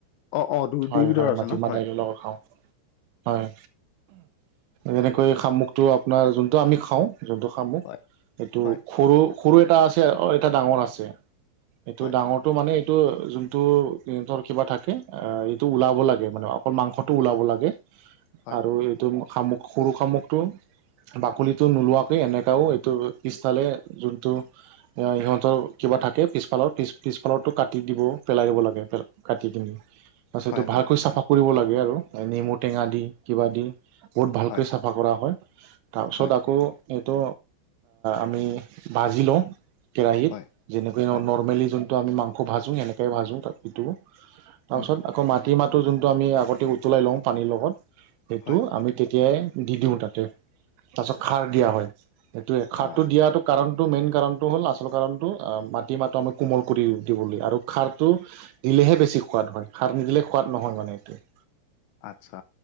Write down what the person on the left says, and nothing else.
অ অ দুই
দুইবিধৰ
আছে
ন হয়
হয়
হয়
হয়
হয়
হয়
হয়
হয়
হয়
হয় হয়
হয়
উম
হয়
অ
আচ্ছা